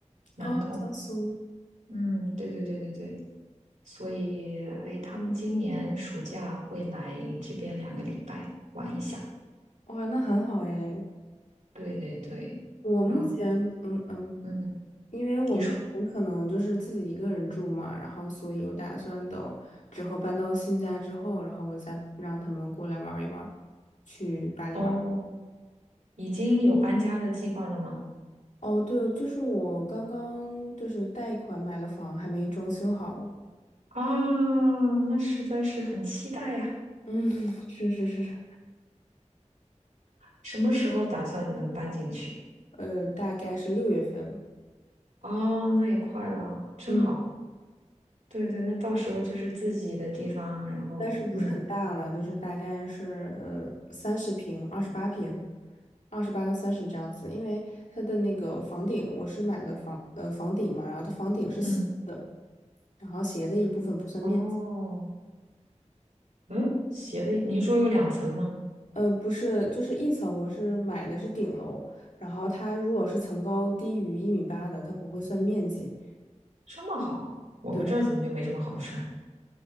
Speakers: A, on the right; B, on the left.
A: 南通。
B: 哦，江苏，
A: 嗯，对对对对对，所以哎，他们今年暑假会来这边两个礼拜玩一下。
B: 哇，那很好诶。
A: 对对对，
B: 我目前，
A: 然后
B: 嗯嗯，
A: 嗯，
B: 因为我目前可能就是自己一个人住嘛，
A: 你说
B: 然后所以我打算等之后搬到新家之后，然后我再让他们过来玩一玩去巴黎玩
A: 哦，已经有搬家的计划了吗？
B: 哦，对，就是我刚刚就是贷款买了房，还没装修好。
A: 啊，那实在是很期待呀！
B: 嗯，<laughs> 是是是是
A: 什么时候打算能搬进去？
B: 呃，大概是六月份，
A: 哦，那也快了，真好。
B: 嗯，
A: 对对，那到时候就是自己的地方，然后嗯
B: 但是不是很大了，就是大概是呃三十平、二十八平、二十八到三十这样子，因为它的那个房顶，我是买的房呃房顶嘛，然后它房顶是斜的，
A: 嗯
B: 然后斜的一部分不算面积，
A: 哦嗯，斜的，你是说有两层吗？
B: 呃，不是，就是一层，我是买的是顶楼，然后它如果是层高低于一米八的，它不会算面积。
A: 这么好，我们这儿怎么就没这么好的事儿？
B: 对。